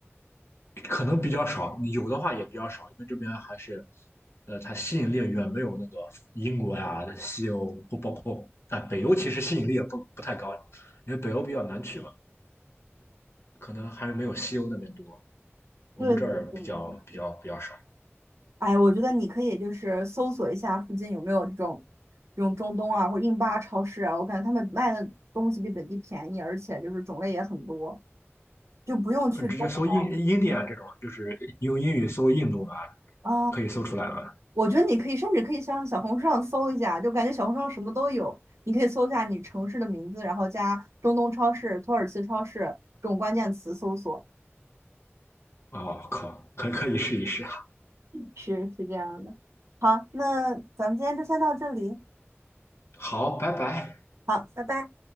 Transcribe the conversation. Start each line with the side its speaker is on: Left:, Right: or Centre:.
Left: 可能比较少，有的话也比较少，因为这边还是，呃，它吸引力远没有那个英国呀、西欧不包括啊、北欧，其实吸引力也不不太高，因为北欧比较难去嘛，可能还是没有西欧那边多。我们这儿比较比较比较少，
Right: 对对对，哎，我觉得你可以就是搜索一下附近有没有这种这种中东啊或者印巴超市啊，我感觉他们卖的东西比本地便宜，而且就是种类也很多，就不用去中超
Left: 嗯，直接搜印印第安这种，就是用英语搜印度啊，
Right: 啊。
Left: 可以搜出来吗？
Right: 我觉得你可以甚至可以上小红书上搜一下，就感觉小红书上什么都有。你可以搜一下你城市的名字，然后加中东超市、土耳其超市这种关键词搜索，
Left: 哦，靠，可可以试一试。
Right: 是是这样的。好，那咱们今天就先到这里，
Left: 好，拜拜。
Right: 好，拜拜。